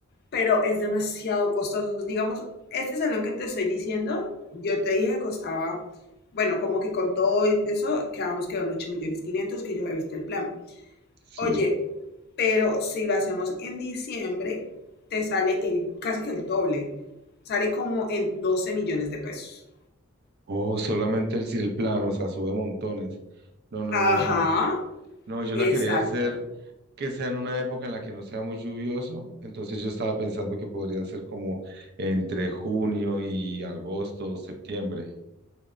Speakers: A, on the left; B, on the right.
A: pero es demasiado costoso. Digamos, este salón que te estoy diciendo, yo te dije que costaba, bueno, como que con todo y eso, quedamos que en 8 millones 500 que yo he visto el plan.
B: sí.
A: Oye, pero si lo hacemos en diciembre, te sale el, casi que el doble, sale como en doce millones de pesos.
B: Oh, solamente el, el plano, o sea, sube montones. No, no,
A: Ajá,
B: no, no. No, yo
A: exacto.
B: la quería hacer que sea en una época en la que no sea muy lluvioso. Entonces yo estaba pensando que podría ser como entre junio y agosto o septiembre.